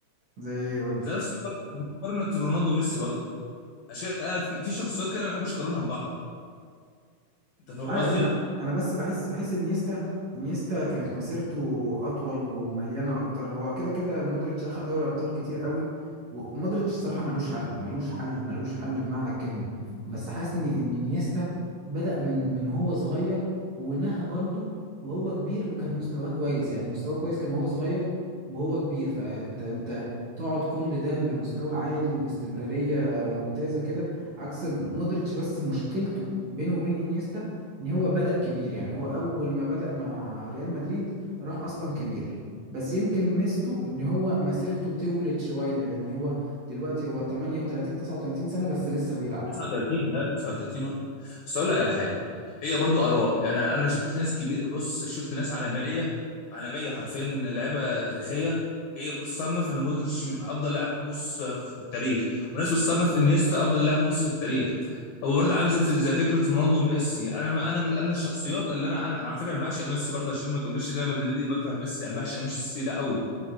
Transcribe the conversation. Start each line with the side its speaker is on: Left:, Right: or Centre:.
Right: زي ايه قول لي
Left: زي نفس مقارنه مقارنة رونالدو وميسي برضه عشان كده أنا في في شخصيات كده ما بحبش اقارنها ببعض انت فاهم
Right: مش عارف
Left: قصدي؟
Right: انا انا بس بحس بحس انيستا انيستا كانت مسيرته اطول ومليانه اكتر هو كده كده مودريتش اخد دوري ابطال كتير قوي ومودريتش الصراحه ملوش حل ملوش حل ملوش حل بمعنى الكلمه بس حاسني ان انيستا بدأ من من هو صغير ونهى برضه وهو كبير وكان مستواه كويس يعني مستواه كويس كان وهو صغير وهو كبير فانت انت تقعد كل ده بمستوى عالي وباستمراريه ممتازه كده عكس مودريتش بس مشكلته بينه وبين انيستا ان هو بدأ كبير يعني هو اول ما بدأ مع ريال مدريد راح اصلا كبير بس يمكن ميزته ان هو مسيرته طولت شوية يعني هو دلوقتي هو 38 39 سنة بس لسه بيلعب
Left: 39 لا 39 بس اقول لك على حاجه هي برضو اراء يعني انا شفت ناس كبير بص شفت ناس عالميه عالميه حرفيا لعيبه تاريخيه هي بتصنف ان مودريتش من افضل لاعب نص في التاريخ وناس بتصنف ان نيستا افضل لاعب نص في التاريخ هو برضه عامل زي زي فكره رونالدو وميسي انا انا مش انا الشخصيات اللي انا انا على فكره انا بعشق ميسي برضه عشان ما تقوليش ان انا مدريدي بكره ميسي انا بعشق ميسي ده قوي